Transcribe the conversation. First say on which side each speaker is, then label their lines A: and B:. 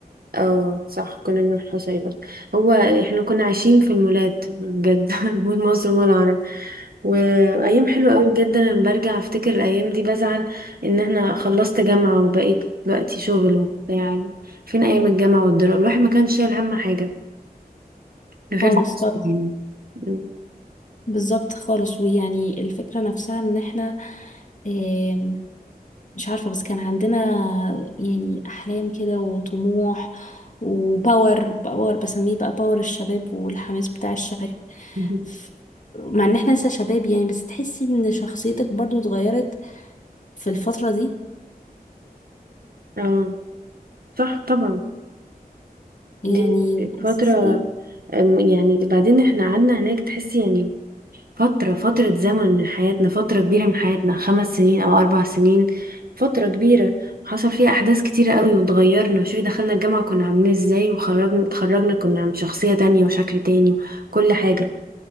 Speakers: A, on the right (about 70°); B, on the left (about 50°).
A: اه صح كنا من الحصري برضه هو احنا كنا عايشين في المولات بجد <laughs> مول مصر ومول العرب وايام حلوه قوي بجد انا لما برجع افتكر الايام دي بزعل ان احنا خلصت جامعه وبقيت دلوقتي شغل وبتاع يعني فين ايام الجامعه والدراسه الواحد ما كانش شايل هم حاجه غير
B: خالص
A: دراسته
B: خالص
A: يعني
B: بالظبط خالص ويعني الفكرة نفسها ان احنا آم، مش عارفة بس كان عندنا يعني أحلام كده وطموح وباور باور بسميه بقى باور الشباب والحماس بتاع الشباب
A: مهم.
B: ف- مع ان احنا لسه شباب يعني بس تحسي ان شخصيتك برضو اتغيرت في الفترة دي
A: اه صح طبعا
B: يعني
A: دي
B: بحس
A: فترة أم، يعني بعدين احنا قعدنا هناك تحسي يعني فترة فترة زمن من حياتنا فترة كبيرة من حياتنا خمس سنين أو أربع سنين فترة كبيرة حصل فيها أحداث كتيرة قوي واتغيرنا شوفي دخلنا الجامعة كنا عاملين ازاي وخرجنا اتخرجنا كنا عم- شخصية تانية وشكل تاني وكل حاجة